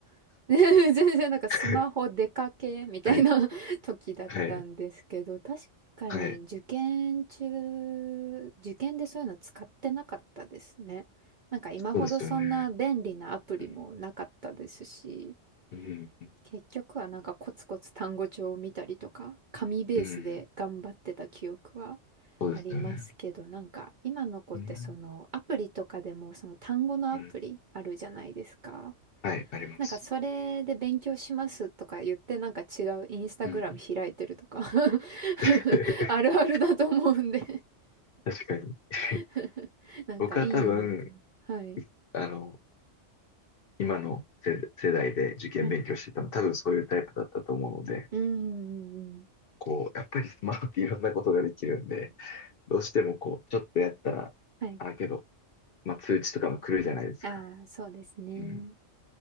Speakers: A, on the right; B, on the left.
A: <laughs> 全然なんかスマホ出かけみたいな
B: <laughs> はい、
A: <laughs> 時だったんですけど、
B: はい、
A: 確かに受験中、
B: はい、
A: 受験でそういうの使ってなかったですね。なんか今ほどそんな便利なアプリもなかったですし、
B: そうですよね。うん、うん、
A: 結局はなんかコツコツ単語帳を見たりとか、紙ベースで頑張ってた記憶は
B: うん、そうですよね。
A: ありますけど、なんか今の子ってそのアプリとかでもその単語のアプリあるじゃないですか。
B: うん、うん、はい、あります。
A: なんかそれで勉強しますとか言ってなんか違うインスタグラム開いてるとか
B: うん、
A: <laughs>
B: <laughs>
A: あるあるだと思うんで
B: 確かに。<laughs>
A: <laughs> なんかいいのか。
B: 僕は多分、
A: はい。
B: あの、今の世、世代で受験勉強してたの、
A: はい。
B: 多分そういうタイプだったと思うので、
A: うんうんうん。
B: こう、やっぱりスマホっていろんなことができるんで、どうしてもこう、ちょっとやったら、
A: はい。
B: あ、けど、まあ、通知とかも来るじゃないですか。
A: ああ、そうですね。
B: うん